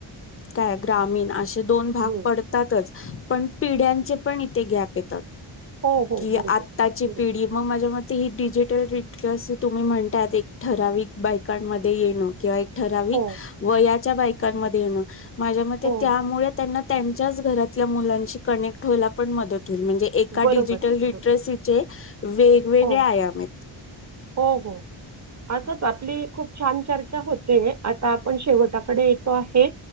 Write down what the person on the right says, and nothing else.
हम्म.
हो हो
बरोबर
बरोबर
हो
हो
बरोबर
बरोबर
हो
हो हो. असंच आपली खूप छान चर्चा होते आता आपण शेवटाकडे येतो आहे.